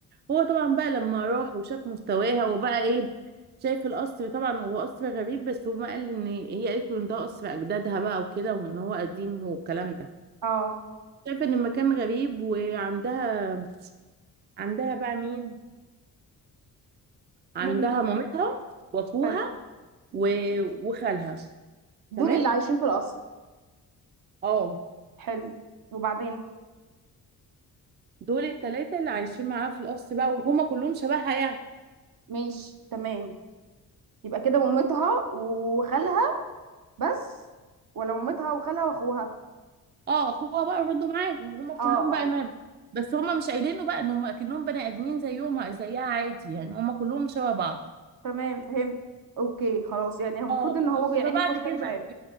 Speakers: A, on the right; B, on the right.
A: هو طبعا بقى لما راح وشاف مستواها وبقى ايه شايف القصر طبعا هو قصر غريب بس هو قال ان هي قالت له ان ده قصر اجدادها بقى وكده وان هو قديم والكلام ده
B: اه
A: شايفه ان المكان غريب وعندها عندها بقى مين عندها
B: مين
A: مامتها واخوها
B: حلو
A: و... وخالها
B: دول
A: تمام
B: اللي عايشين في القصر
A: اه
B: حلو وبعدين
A: دول التلاتة اللي عايشين معاها في القصر بقى وهما كلهم شبهها يعني
B: ماشي تمام يبقى كده مامتها وخالها بس ولا مامتها وخالها واخوها
A: اه اخوها بقى برضه معاهم هما كلهم
B: اه
A: بقى
B: اه
A: انا بس هما مش قايلينه بقى ان هما اكنهم بني ادمين زيهم زيها عادي يعني هما كلهم شبه بعض
B: تمام فهمت اوكي خلاص يعني هو المفروض
A: اه
B: ان هو يعني
A: فبعد
B: كل
A: كده
B: ده مش
A: بقى
B: عارف